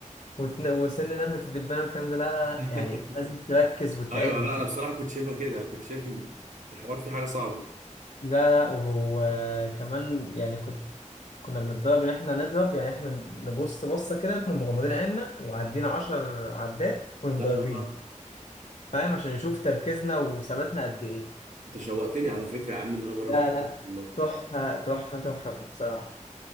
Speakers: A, on the left (about 55°); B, on the right (about 70°).
A: وت... وسن نملة الدبانة والكلام ده لا لا لا
B: <laughs>
A: يعني لازم تركز وتعد
B: ايوه لا انا بصراحة كنت شايفها كده كنت شايف ان الحوار فيه حاجة صعبة
A: لا لا وكمان يعني كنت كنا بنتدرب ان احنا نضرب يعني احنا نبص بصة كده نقوم مغمضين عيننا وعدين عشر عدات ومضربين
B: ايوه فاهم
A: فاهم عشان يشوف تركيزنا وثباتنا قد ايه
B: انت شوقتني على فكرة يا عم ان انا اجرب
A: لا
B: الحوار
A: لا
B: ده والله
A: تحفة تحفة تحفة بصراحة